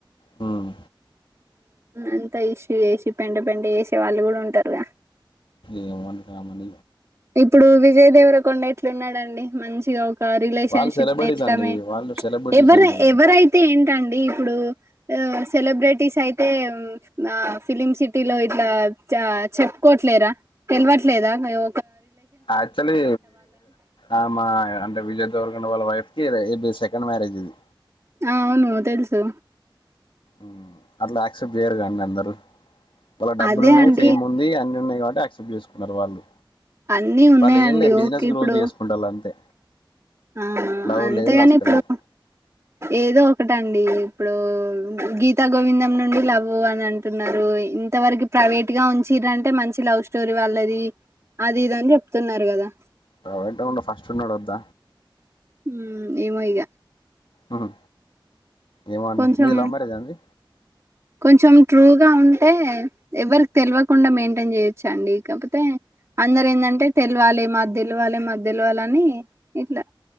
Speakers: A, on the left; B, on the right.
A: మ్మ్
B: అంతా ఇష్యూ చేసి పెంట పెంట చేసే వాళ్ళు కూడా ఉంటారుగా
A: ఇగ అవనీ కామన్
B: ఇప్పుడు విజయ్ దేవర కొండ ఎట్ల ఉన్నాడండి మంచిగా ఒక రిలేషన్షిప్
A: వాళ్ళు సెలబ్రిటీస్
B: ఎట్ల
A: అండి
B: మే
A: వాళ్ళు సెలబ్రిటీస్
B: ఎవరు
A: అండి
B: ఎవరైతే ఏంటండి ఇప్పుడు ఒ సెలబ్రిటీస్ అయితే ఆ ఫిలిమ్ సిటీలో ఇట్లా చ చెప్పుకోవట్లేరా తెలవట్లేదా ఆయె
A: యాక్చులీ ఆ మా అంటే విజయ్ దేవరకొండ వాళ్ళ వైఫ్ హిరోయిన్కి సెకండ్ మ్యారేజ్ ఇది
B: ఆ అవును తెలుసు
A: మ్ అట్లా యాక్సెప్ట్ జేయరుగ అండి అందరు వాళ్ళ డబ్బులు
B: అదే
A: ఉన్నాయి
B: అండి
A: ఫేమ్ ఉంది అన్ని ఉన్నాయి కాబట్టి యాక్సెప్ట్ చేసుకున్నారు వాళ్ళు
B: అన్ని ఉన్నాయండి
A: వాళ్ళు ఏం లే బిజినెస్
B: ఓకే
A: గ్రోత్
B: ఇప్పుడు
A: చేసుకుంటాలు అంతే
B: ఆ
A: లవ్
B: అంతేగాని
A: లేదు లస్క
B: ఇప్పుడు
A: లేదు
B: ఏదో ఒకటండి ఇప్పుడు గీతా గోవిందం నుండి లవ్ అని అంటున్నారు ఇంతవరకు ప్రైవేట్ గా ఉంచిరి అంటే మంచి లవ్ స్టోరీ వాళ్ళది అది ఇదని చెప్తున్నారు కదా
A: ప్రైవేట్ ఉన్న ఫస్ట్ ఉన్నోడు వద్ద
B: మ్మ్ ఏమో ఇగ
A: ఆహా ఏమో అండి
B: కొంచెం
A: మీది లవ్ మ్యారేజా అండి
B: కొంచెం ట్రూగా ఉంటే ఎవరిక్ తెల్వకుండ మెయింటైన్ చేయొచ్చండి కాపోతే అందరు ఏందంటే తెలవాలి మా దెలవాలి మా దెలవాలని ఇట్లా